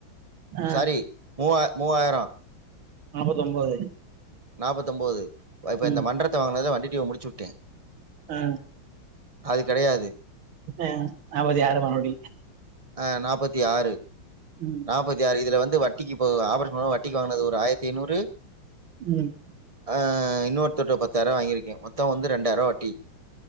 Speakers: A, on the right; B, on the right.
A: ஆ
B: சாரி மூவா மூவாயிரொ
A: நாப்பத்தொம்போது
B: நாபத்தொம்போது அ இப்ப
A: ம்
B: இந்த மன்றத்த வாங்கினது வண்டி ட்யூவ முடிச்சு உட்டு
A: அ
B: அது கெடையாது
A: அ அப அது யாரு மறுப்டி
B: அ நாப்பத்தியாறு
A: ம்
B: நாப்பத்தியாறு இதுல வந்து வட்டிக்கி இப்ப ஆபரேஷன் பண வட்டிக்கி வாங்கனது ஒரு ஆயிரத்தி ஐநூறு
A: ம்
B: ஆ இன்னொருத்தர்ட்ட பத்தாயிர்வா வாங்கிர்க்கே மொத்தொ வந்து ரெண்டாயிர்வா வட்டி